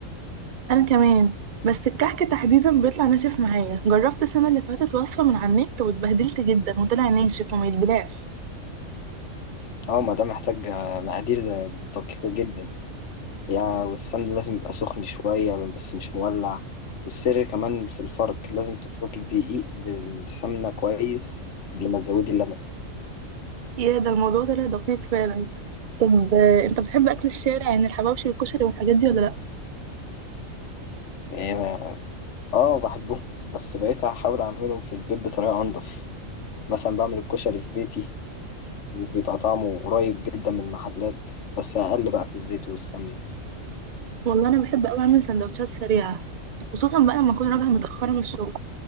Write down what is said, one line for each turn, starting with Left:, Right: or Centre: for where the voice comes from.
Right: أنا كمان بس الكحك تحديدا بيطلع ناشف معايا جربت السنة اللي فاتت وصفة من على النت واتبهدلت جدا وطلع ناشف وما يتبلعش
Left: اه ما ده محتاج آه، مقادير دقيقة جدا يعني والسمن لازم يبقى سخن شوية بس مش مولع والسر كمان في الفرق لازم تفركي الدقيق بالسمنة كويس قبل ما تزودي اللبن
Right: يا ده الموضوع طلع دقيق فعلا طب آه، انت بتحب أكل الشارع يعني الحواوشي والكشري والحاجات دي ولا لأ؟
Left: يعني اه بحبهم بس بقيت هحاول اعملهم في البيت بطريقة انضف مثلا بعمل الكشري في بيتي وبيبقى طعمه قريب جدا من المحلات بس اقل بقى في الزيت والسمنة
Right: والله أنا بحب أوي أعمل سندوتشات سريعة خصوصا بقى لما أكون راجعة متأخرة من الشغل